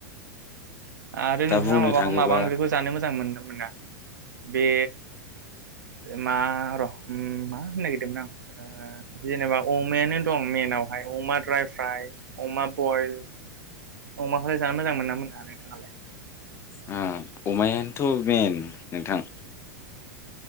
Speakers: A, on the right; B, on the left.
A: आरो
B: दा
A: नोंथाङा
B: बुंनो
A: माबाखौ
B: थाङोबा
A: माबा ओंख्रिखौ जानो मोजां मोनदों मोना बे मा र' मा होननो नागिरदोंमोन ओ जेनेबा अमायानो दं मेनावहाय अमा द्राय फ्राय अमा बयल अमाखौ जानो मोजां मोनोना मोना नोंथाङालाय
B: उम अमायानोथ' बेन नोंथां